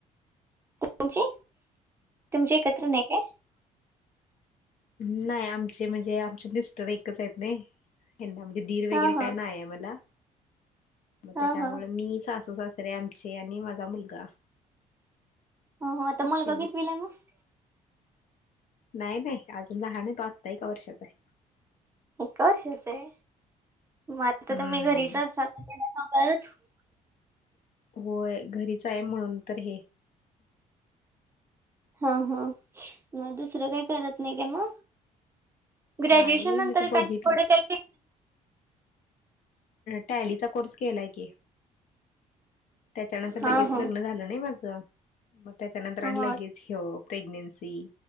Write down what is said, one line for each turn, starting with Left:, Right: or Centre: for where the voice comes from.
Right: तुमची? तुमची एकत्र नाही काय?
Left: हं. नाही. आमची म्हणजे आमचे मिस्टर एकच आहेत नाई. हेना म्हणजे दीर
Right: हा
Left: वगैरे काय
Right: हा
Left: नाही आहे मला. म
Right: हा
Left: त्याच्यामुळे
Right: हा
Left: मी सासू सासरे आमचे आणि माझा मुलगा.
Right: हां. हां. त मुलगा
Left: एवढंच.
Right: कितवीलाय मग?
Left: नाही नाही. अजून लहान आहे तो. आत्ता एका वर्षाचा आहे.
Right: एका वर्षाचाय? म आत्ता
Left: हम्म.
Right: तुम्ही घरीच असाल <unintelligible>
Left: होय. घरीच आहे म्हणून तर हे.
Right: हं. हं. म दुसरं काही करत नाही का म? ग्रॅज्युएशन
Left: नाही
Right: नंतर
Left: म्हणजे बघितलं
Right: <unintelligible> थोडं काही-
Left: टॅलीचा कोर्स केलाय की. त्याच्यानंतर
Right: हा
Left: लगेच
Right: हा
Left: लग्न झालं नाही माझं. मग त्याच्यानंतर
Right: हा
Left: आणि
Right: हा
Left: लगेच- हो. प्रेग्नन्सी.